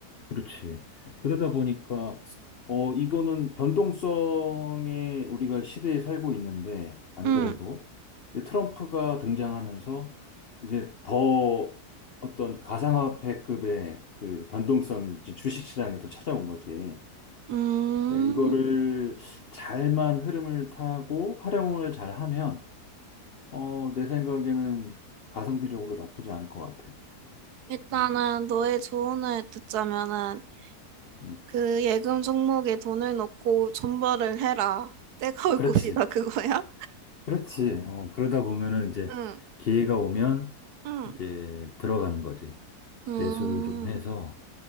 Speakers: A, on the left; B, on the right.
A: 그렇지. 그러다 보니까, 어, 이거는 변동성에 우리가 시대에 살고 있는데, 안
B: 응,
A: 그래도. 이제 트럼프가 등장하면서 이제 더 어떤 가상화폐급의 그 변동성이 이제 주식시장에도 찾아온 거지.
B: 음,
A: 네, 이거를 잘만 흐름을 타고 활용을 잘하면, 어, 내 생각에는 가성비적으로 나쁘지 않을 것 같아.
B: 일단은
A: 음,
B: 너의 조언을 듣자면은
A: 음.
B: 그 예금 종목에 돈을 넣고 존버를 해라. 때가 올
A: 그렇지.
B: 것이다, 그거야?
A: 그렇지. 어, 그러다 보면은 이제
B: 응,
A: 기회가 오면
B: 응.
A: 이제 들어가는 거지.
B: 음,
A: 매수를 좀 해서